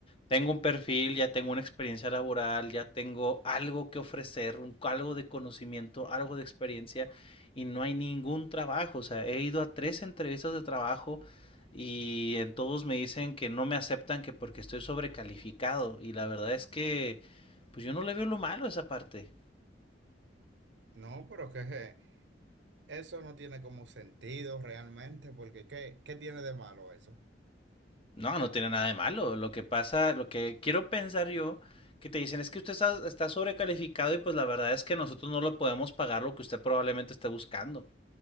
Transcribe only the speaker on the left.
tengo un perfil, ya tengo una experiencia laboral, ya tengo algo que ofrecer, un, algo de conocimiento, algo de experiencia y no hay ningún trabajo. O sea, he ido a tres entrevistas de trabajo y en todos me dicen que no me aceptan que porque estoy sobrecalificado y la verdad es que pues yo no le veo lo malo a esa parte.
No, no tiene nada de malo. Lo que pasa, lo que quiero pensar yo que te dicen es que usted está, está sobrecalificado y pues la verdad es que nosotros no le podemos pagar lo que usted probablemente esté buscando.